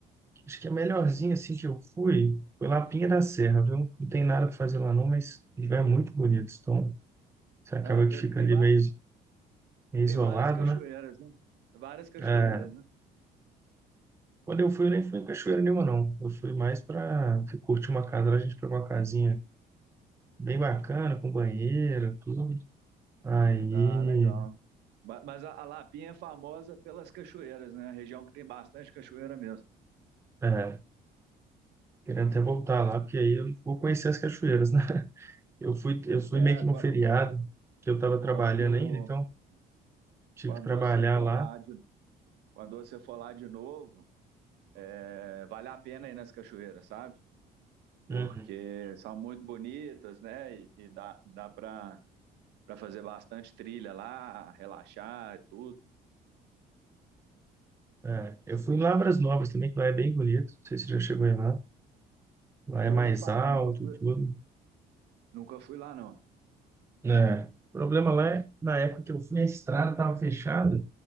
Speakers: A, on the right; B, on the right.
A: Acho que a melhorzinha assim que eu fui foi lá Pinha da Serra, viu? Não tem nada para fazer lá não, mas o lugar é muito bonito. Então, você acaba
B: É, tem,
A: que fica
B: tem,
A: ali
B: va-
A: meio, meio
B: Tem
A: isolado,
B: várias cachoeiras,
A: né?
B: né? Várias cachoeiras,
A: É,
B: né?
A: quando eu fui, eu nem fui em cachoeira nenhuma, não. Eu fui mais para curtir uma casa. Lá a gente pegou uma casinha bem bacana, com banheiro, tudo. Aí,
B: Ah, legal. Ba- Mas a a Lapinha é famosa pelas cachoeiras, né? A região que tem bastante cachoeira mesmo.
A: é, querendo até voltar lá, porque aí eu vou conhecer as cachoeiras, né? <laughs> Eu fui, eu fui
B: É,
A: meio que no
B: qua-
A: feriado, que eu estava trabalhando
B: quando,
A: ainda, então tive
B: quando
A: que trabalhar
B: você for
A: lá.
B: lá de, quando você for lá de novo, é, vale a pena ir nas cachoeiras, sabe? Porque
A: Uhum.
B: são muito bonitas, né? E, e dá, dá para para fazer bastante trilha lá, relaxar e tudo.
A: É, eu fui em Lavras Novas também, que lá é bem bonito. Não sei se você já chegou aí lá. Lá
B: Já
A: é mais
B: ouvi falar,
A: alto,
B: nunca fui,
A: tudo.
B: nunca fui lá, não.
A: É. O problema lá é, na época que eu fui, a estrada estava fechada,